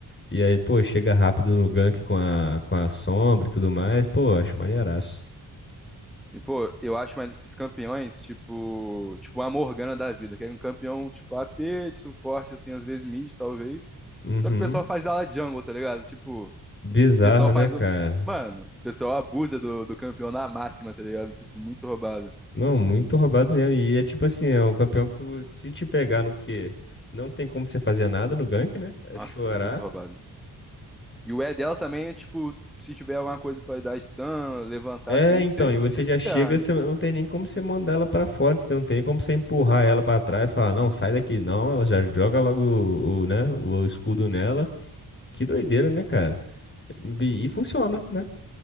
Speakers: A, on the left; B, in the centre.
A: E aí, pô, chega rápido no gank com a, com a sombra e tudo mais. Pô, acho maneiraço.
B: E, pô, eu acho mais desses campeões, tipo. Tipo, a Morgana da vida, que é um campeão, tipo, a AP, de suporte, assim, às vezes mid, talvez.
A: Uhum.
B: Só que o pessoal faz ela jungle, tá ligado? Tipo. O
A: Bizarro,
B: pessoal
A: né,
B: faz
A: cara?
B: um. Mano, o pessoal abusa do, do campeão na máxima, tá ligado? Tipo, muito roubado.
A: Não, muito roubado mesmo. E é tipo assim, é um campeão que o- se te pegar no quê? Não tem como você fazer nada no gank, né? É
B: Nossa,
A: chorar.
B: muito roubado. E o E dela também é tipo, se tiver alguma coisa pra dar stun, levantar
A: É,
B: assim,
A: então,
B: você
A: e você
B: se
A: já chega,
B: ferra, né?
A: você não tem nem como você mandar ela pra fora, entendeu? não tem como você empurrar ela pra trás, falar, não, sai daqui, não, ela já joga logo o, o, né, o escudo nela. Que doideira, né, cara? E, e funciona, né?